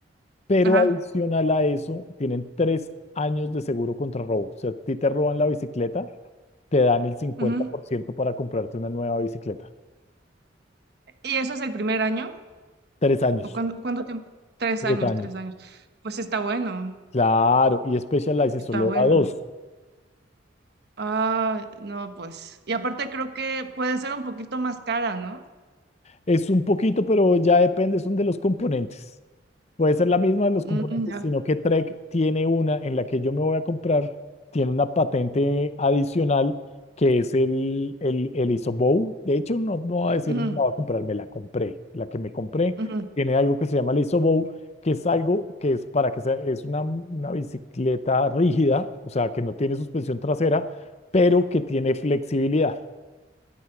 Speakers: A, on the left (about 35°); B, on the right (about 60°).
A: Pero
B: Ajá.
A: adicional a eso, tienen tres años de seguro contra robo. O sea, a ti te roban la bicicleta, te dan el cincuenta
B: Ujú.
A: por ciento para comprarte una nueva bicicleta.
B: ¿Y eso es el primer año?
A: Tres años.
B: ¿O cuánto, cuánto tiempo? Tres
A: Tres
B: años,
A: años.
B: tres años. Pues está bueno,
A: Claro, y Specialized
B: está
A: solo
B: bueno.
A: da dos.
B: Ah, no, pues. Y aparte creo que puede ser un poquito más cara, ¿no?
A: Es un poquito, pero ya depende, son de los componentes. Puede ser la misma de los componentes,
B: Mm, ya.
A: sino que Trek tiene una en la que yo me voy a comprar, tiene una patente adicional que es el, el, el ISOBOW. De hecho, no, no voy a decir
B: Ujú,
A: me la voy a comprar, me la compré. La que me compré
B: ujú.
A: tiene algo que se llama el ISOBOW, que es algo que es para que sea, es una, una bicicleta rígida, o sea, que no tiene suspensión trasera, pero que tiene flexibilidad.